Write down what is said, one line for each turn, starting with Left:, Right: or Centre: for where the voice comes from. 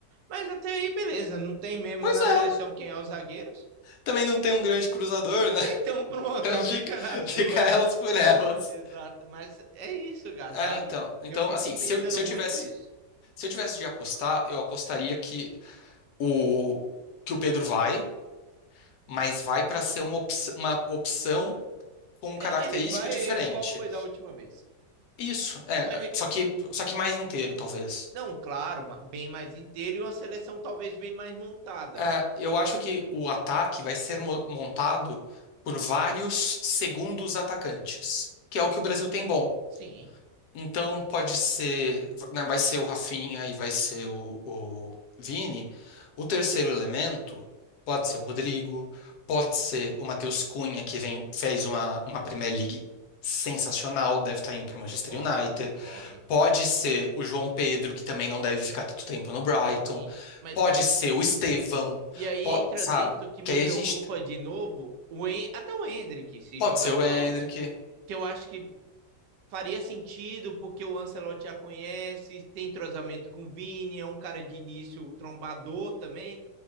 Right: Mas até aí, beleza, não tem mesmo
Left: Pois
Right: na
Left: é,
Right: seleção quem é os zagueiros.
Left: também não tem um grande cruzador, né?
Right: Então
Left: <laughs>
Right: pronto,
Left: Então fica,
Right: <laughs> fica nas
Left: fica
Right: duas.
Left: elas
Right: <laughs>
Left: por elas.
Right: Exato, mas é isso, Gá,
Left: É,
Right: sabe?
Left: então, então
Right: Eu fico
Left: assim,
Right: pensando
Left: se eu, se eu
Right: muito
Left: tivesse,
Right: isso.
Left: se eu tivesse de apostar, eu apostaria que o que o Pedro vai, mas vai para ser uma opção, uma opção com
Right: É,
Left: característica
Right: Ele vai
Left: diferente.
Right: igual foi da última vez.
Left: Isso, é,
Right: Vai ficar.
Left: só que, só que mais inteiro, talvez.
Right: Não, claro, ma- bem mais inteiro e uma seleção talvez bem mais montada.
Left: É, eu acho que o ataque vai ser mo- montado por vários segundos atacantes, que é o que o Brasil tem bom.
Right: Sim,
Left: Então pode ser, né, vai ser o Rafinha e vai ser o, o Vini. O terceiro elemento pode ser o Rodrigo, pode
Right: en-
Left: ser o Matheus Cunha, que vem, fez uma, uma Premier League sensacional, deve estar indo para o Manchester
Right: concordo,
Left: United.
Right: concordo.
Left: Pode ser o João Pedro, que também não deve ficar tanto tempo no Brighton.
Right: Sim, mas
Left: Pode ser o Estevão,
Right: e aí
Left: po-
Right: entra
Left: sabe?
Right: dentro que me
Left: Que aí
Right: preocupa
Left: a gente. tem-
Right: de novo o En- até o Hendrick se
Left: Pode
Right: jogar
Left: ser o
Right: bola,
Left: Endrick,
Right: que eu acho que faria sentido porque o Ancelotti já conhece, tem entrosamento com o Vini, é um cara de início trombador também.